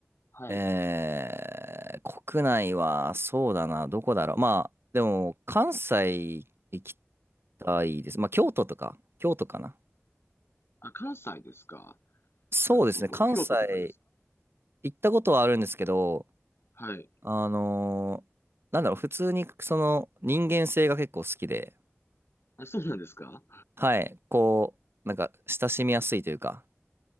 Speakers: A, on the left (about 65°); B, on the right (about 60°).
A: はい。
B: えー、国内は、そうだな、どこだろう。まあ、でも、関西行きたいです。まあ、京都とか、京都かな。
A: あ、関西ですか。
B: そうですね、
A: なるほど。
B: 関西
A: 京都とかですか。
B: 行ったことはあるんですけど、
A: はい。
B: あのーなんだろう、普通に、その、人間性が結構好きで、
A: あ、そうなんですか。
B: はい、こう、なんか、親しみやすいというか、